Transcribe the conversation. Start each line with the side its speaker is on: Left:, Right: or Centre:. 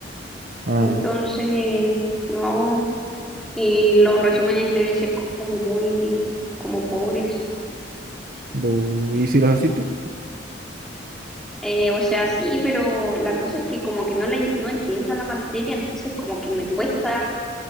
Right: Ah,
Centre: Entonces, no, y los resúmenes deben ser como muy, como pobres.
Right: bu- ¿y si los haces tú?
Centre: Eh, o sea, sí, pero la cosa es que como que no, la en- no entiendo la materia, entonces como que me cuesta